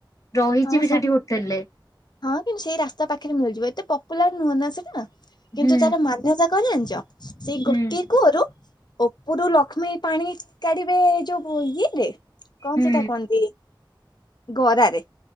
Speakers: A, on the left; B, on the left.
A: ରହିଚି
B: ହଁ
A: ବି ସେଠି ହୋଟେଲ୍ ରେ।
B: ହଁ କିନ୍ତୁ ସେଇ ରାସ୍ତା ପାଖରେ ମିଳିଯିବ ଏତେ ପପୁଲାର ନୁହଁ ନା ସେଟା କିନ୍ତୁ
A: ହୁଁ
B: ତାର ମାନ୍ୟତା କଣ ଜାଣିଛ ସେଇ
A: ହୁଁ
B: ଗୋଟେ କୁଅରୁ ଉପରୁ ଲକ୍ଷ୍ମୀ ପାଣି କାଢିବେ ଯୋଉ ଇଏରେ କଣ
A: ହୁଁ
B: ସେଇଟା କୁହନ୍ତି ଗରାରେ